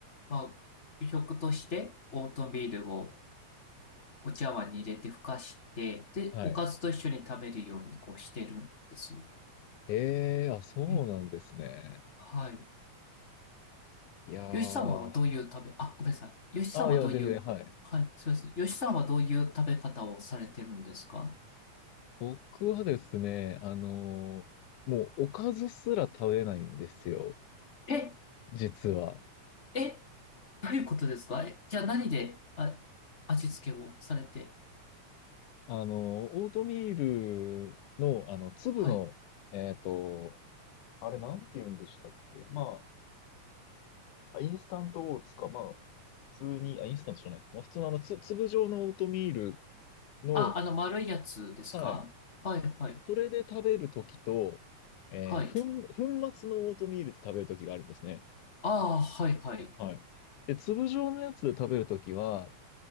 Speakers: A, on the left; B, on the left.
A: まあ、主食としてオートミールをお茶碗に入れてふかして、で、
B: はい。
A: おかずと一緒に食べるようにこうしてるんです。
B: ええー、あ、そうなんですね。
A: ええ、はい。
B: いやー。
A: よしさんはどういう食べ、あ、ごめんなさい。よしさんはどういう、
B: ああ、いや、全然、はい。
A: はい、すみません。よしさんはどういう食べ方をされてるんですか
B: 僕はですね、あのもうおかずすら食べないんですよ、
A: え、
B: 実は。
A: え、どういうことですかえ、じゃあ何で、あ、味付けをされて。
B: あのオートミールの、あの、粒の、
A: はい。
B: えっと、あれなんて言うんでしたっけまあ、あインスタントオーツか、まあ、普通に、あ、インスタントじゃないか。まあ、普通のあの、つ、粒状のオートミールの、
A: あ、あの丸いやつですかはい、
B: はい。
A: はい、
B: それで食べるときと、えー、
A: はい。
B: 粉、粉末のオートミールで食べるときがあるんですね。
A: ああ、はい、はい、
B: はい。で、粒状のやつで食べるときは、